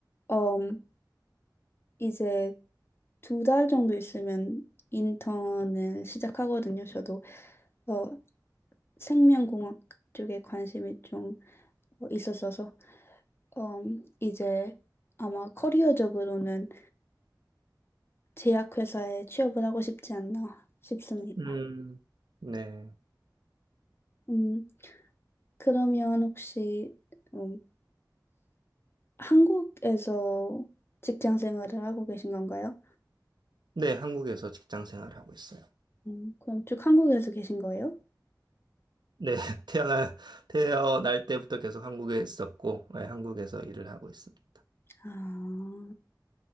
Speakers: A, on the left (about 30°); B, on the right (about 70°).
A: 음, 이제 두 달 정도 있으면 인턴을 시작하거든요. 저도 어, 생명공학 쪽에 관심이 좀 어, 있었어서 음, 이제 아마 커리어적으로는 제약회사에 취업을 하고 싶지 않나 싶습니다.
B: 음, 네.
A: 음, 그러면 혹시 음, 한국에서 직장 생활을 하고 계신 건가요?
B: 네, 한국에서 직장 생활하고 있어요.
A: 음, 그럼 쭉 한국에서 계신 거예요?
B: 네, <laughs> 태어날, 태어날 때부터 계속 한국에 있었고, 네, 한국에서 일을 하고 있습니다.
A: 아,